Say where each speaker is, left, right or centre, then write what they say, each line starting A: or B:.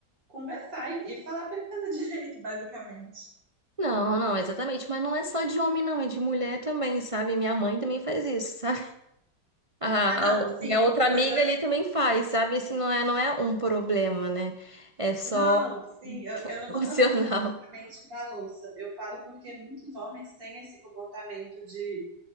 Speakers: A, on the right; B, on the right.
A: conversar e, e falar pra ele fazer <laughs> direito, basicamente.
B: <laughs> não, não, exatamente, mas não é só de homem não, é de mulher também, sabe? Minha mãe também faz isso, <laughs> sabe? A,
A: Ah, não,
B: a-
A: sim,
B: minha
A: co-
B: outra
A: coisas.
B: amiga ali também faz, sabe? Assim, não é, não é um problema, né? É só
A: Não, sim, eu,
B: <laughs>
A: eu não
B: opcional.
A: tô falando especificamente da louça. Eu falo porque muitos homens têm esse comportamento de,